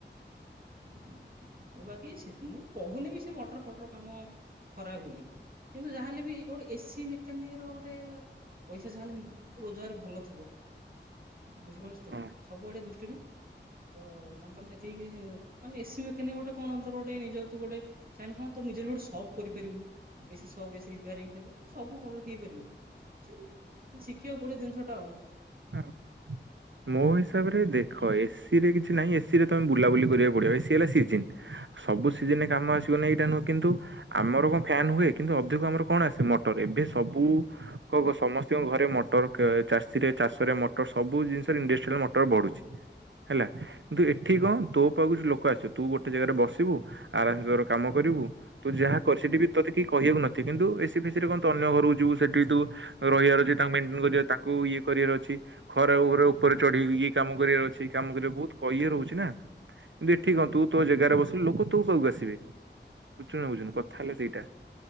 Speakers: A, on the right (about 50°); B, on the right (about 80°).
A: ହଁ, ଆଉ ବାକି ସେ ଉଁ କହୁନି ବି ସେ ମଟର ଫଟର କାମ, ଖରାପ ବୋଲି। କିନ୍ତୁ ଯାହେଲେ ବି, ଗୋଟେ ଏସି ମେକାନିକ ର ଗୋଟେ ପଇସା ଯାହା ହେଲେ, ରୋଜଗାର ଭଲ ଥିବ। ବୁଝିପାରୁଛ ତ
B: ହଁ।
A: ସବୁଆଡ଼େ ଦୃଷ୍ଟିରୁ ତ ତାଙ୍କର ସେତିକି ଏଇ ଯୋଉ ମାନେ ଏସି ମେକାନିକ୍ ଗୋଟେ କଣ ତୋର ଗୋଟେ ନିଜ ତୁ ଗୋଟେ ଚାହିଁଲେ ହଁ ତୁ ନିଜର ବି ଗୋଟେ ସପ୍ କରିପାରିବୁ। <inaudible> ଶିଖିବାକୁ ପଡ଼ିବ ଦିନ୍‌ଷ ଟା ଆଉ।
B: <inaudible> ମୋ ହିସାବରେ ଦେଖ ଏସି ରେ କିଛି ନାହିଁ ଏସି ରେ ତମେ ବୁଲାବୁଲି କରିବାକୁ ପଡିବ ଏ ସି ହେଲା ସିଜିନ୍ ସବୁ ସିଜିନେ କାମ
A: ହୁଁ
B: ଆସିବନିଁ
A: ହୁଁ
B: ଏଇଟା ନୁହଁ କିନ୍ତୁ ଆମର କଣ ଫ୍ୟାନ ହୁଏ କିନ୍ତୁ ଅଧିକ ଆମର କଣ ଆସେ ମଟର ଏବେ ସବୁ କ ସମସ୍ତଙ୍କ ଘରେ ମଟର କ ଚାଷୀରେ ଚାଷରେ ମଟର ସବୁ ଜିନିଷ ଧୀରେ ଧୀରେ ମଟର ବଢୁଛି ହେଲା। କିନ୍ତୁ ଏଠି କଣ ତୋ ପାଖକୁ କିଛି ଲୋକ ଆସିବ ତୁ ଗୋଟେ ଜାଗାରେ ବସିବୁ ଆରାମସେ ତୋର କାମ କରିବୁ ତୁ ଯାହା କରେ ସେଠି ତତେ କି କହିବାକୁ ନଥିବେ କିନ୍ତୁ ଏସି ଫେଶୀ ରେ କଣ ଅନ୍ୟ ଘରକୁ ଯିବୁ ସେଠି ତୁ ରହିବାର ଅଛି ତାଙ୍କୁ ମେଣ୍ଟେନ ତାଙ୍କୁ ଇଏ କରିବାର ଅଛି ଖରା ଉପରେ ଉପରେ ଚଢିକି ଏ କାମ କରିବାର ଅଛି କାମ କରିବା ବହୁତ ଇଏ ରହୁଛି ନା କିନ୍ତୁ ଠିକନ୍ତୁ ତୋ ଜାଗାରେ ବସିଲୁ ଲୋକ ତୋ ପାଖକୁ ଆସିବେ ବୁଝୁ ବୁଝୁନୁ କଥା ହେଲା ସେଇଟା।